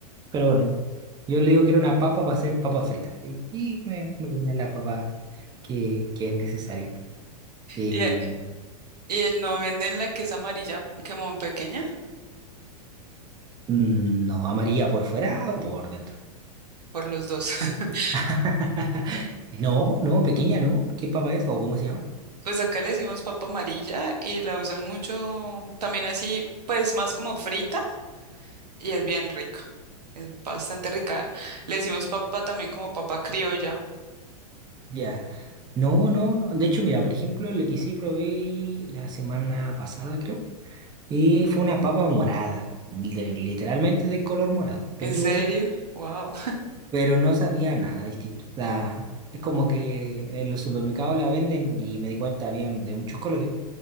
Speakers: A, on the right (about 20°); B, on the right (about 80°).
A: Pero bueno, yo le digo que era una papa para hacer papas fritas. Y, y me, me comía la papa que, que es necesaria. Y,
B: Y, eh, y no venden la que es amarilla, como pequeña,
A: mm, no, amarilla por fuera o por dentro.
B: por los dos. <laughs>
A: <laughs> No, no, pequeña no. ¿Qué papa es o cómo se llama?
B: Pues acá le decimos papa amarilla y la usan mucho también así, pues más como frita y es bien rica. Es bastante rica. Le decimos papa también como papa criolla.
A: Ya. No, no, no. De hecho, mira, por ejemplo, lo que sí probé la semana pasada, creo, eh, fue una papa morada, de- literalmente de color morado, pero,
B: ¿En serio? Wow. <laughs>
A: pero no sabía nada distinto. O sea, es como que en los supermercados la venden y me di cuenta, habían de muchos colores,